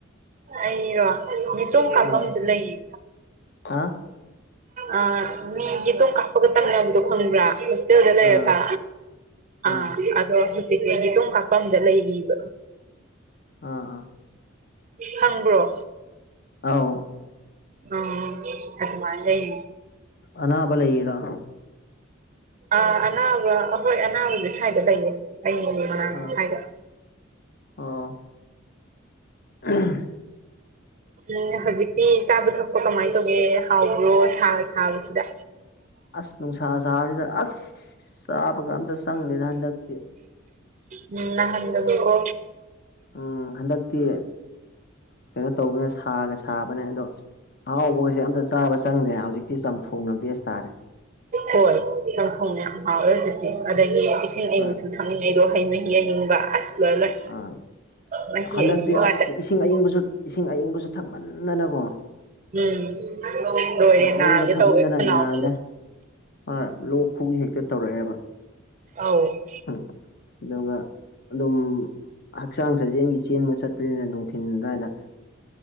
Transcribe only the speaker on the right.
ꯑꯩꯔꯣ ꯃꯤꯇꯣꯝ ꯀꯥꯞꯐꯝꯗꯨ
ꯂꯩꯌꯦ
ꯑ ꯃꯤ ꯌꯦꯇꯣꯡ ꯀꯥꯞꯄꯒ ꯇꯝꯅꯕꯗꯣ ꯈꯪꯕ꯭ꯔꯥ ꯗꯂ
ꯌꯦꯔ ꯑ
ꯑꯗ ꯁꯤ ꯀꯩꯒꯤꯇꯣꯡꯝ ꯀꯥꯛꯄꯝꯗ ꯂꯩꯔꯤꯕ
ꯈꯪꯕ꯭ꯔꯣ
ꯑꯣ ꯑꯗꯨ ꯃꯥꯖꯅꯤ
ꯑꯥ ꯑꯅꯥꯕ ꯑꯍꯣꯏ ꯑꯅꯥꯕꯁꯦ ꯁ꯭ꯋꯥꯏꯗ ꯂꯩꯌꯦ ꯑꯩ ꯃꯅꯥ
ꯍꯥꯏꯒꯠ
ꯎꯝ ꯍꯧꯖꯤꯛꯇꯤ ꯆꯥꯕ ꯊꯛꯄ ꯀꯃꯥꯏꯅ ꯇꯧꯒꯦ ꯍꯥꯎꯕ꯭ꯔꯣ ꯁꯥ ꯁꯥꯕꯁꯤꯗ
ꯎꯝ ꯅꯍꯥꯟꯗꯕꯀꯣ
ꯍꯣꯏ ꯌꯥꯝ ꯐꯣꯡꯉꯦ ꯍꯥꯎꯋꯦ ꯍꯧꯖꯤꯛꯇꯤ ꯑꯗꯒꯤ ꯏꯁꯤꯡ ꯑꯌꯤꯡꯛꯁꯨ
ꯊꯛꯅꯤꯡꯉꯩꯗꯣ ꯍꯩ ꯃꯍꯤ ꯑꯏꯪꯕ ꯑꯁ ꯂꯣꯏ ꯂꯣꯏ
ꯃꯍꯤ
ꯑꯌꯤꯡꯕ ꯉꯥꯛꯇ
ꯊꯛꯅꯤꯡꯉꯤꯁꯦ
ꯎꯝ ꯂꯣꯏꯔꯦ ꯅꯥꯒꯦ
ꯇꯧꯋꯦ ꯈꯅꯥꯎꯁꯨ
ꯑꯥꯎ <unintelligible> <inaudible>